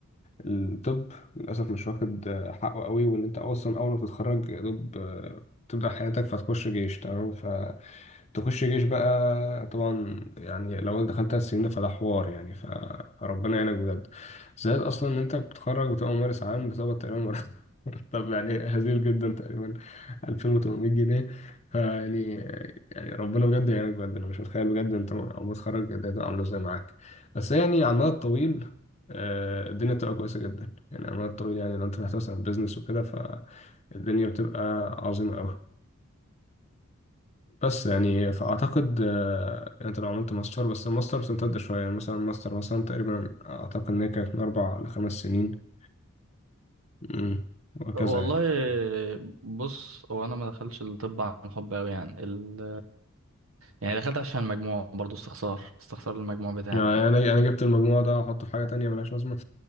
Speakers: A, on the left; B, on the right.
A: الطب للأسف مش واخد حقه قوي وإن أنت أصلا أول ما تتخرج يا دوب آه، تبدأ حياتك فتخش جيش تمام ف تخش جيش بقى طبعا يعني لو انت دخلت على السنين ده فده حوار يعني ف- فربنا يعينك بجد زائد اصلا ان انت بتتخرج بتبقى ممارس عام بتقبض تقريبا مرتب <laughs> مرتب يعني هزيل جدا تقريبا 2800 جنيه فيعني يعني ربنا بجد يعينك بجد انا مش متخيل بجد انت اول ما تتخرج إيه الدنيا تبقى عامله ازاي معاك بس يعني على المدى الطويل آه، الدنيا بتبقى كويسه جدا يعني على المدى الطويل يعني لو انت فتحت مثلا بيزنس وكده فالدنيا بتبقى عظيمه قوي بس يعني فأعتقد آه، يعني أنت لو عملت ماستر بس الماستر بتمتد شوية يعني مثلا الماستر مثلا تقريبا أعتقد إن هي كانت من أربع لخمس سنين أمم، وهكذا
B: والله
A: يعني
B: بص هو انا ما دخلتش الطب عن حب قوي يعني ال... يعني دخلت عشان المجموع برضو استخسار استخسار المجموع بتاعي
A: يعني
B: يعني.
A: أنا أنا جبت المجموع ده أحطه في حاجة تانية ملهاش لازمة